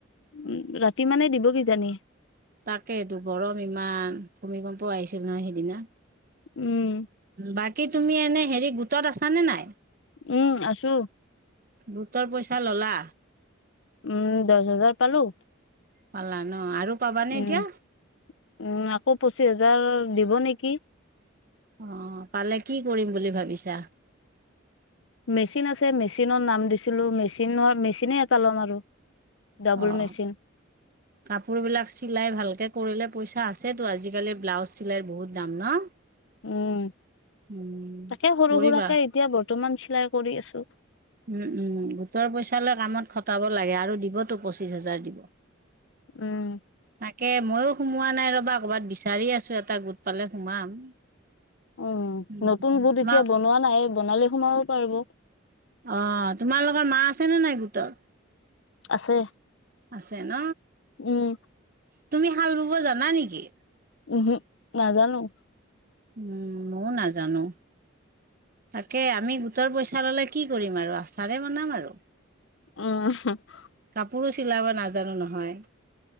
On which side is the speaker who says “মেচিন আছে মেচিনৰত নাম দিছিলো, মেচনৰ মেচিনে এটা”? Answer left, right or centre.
Left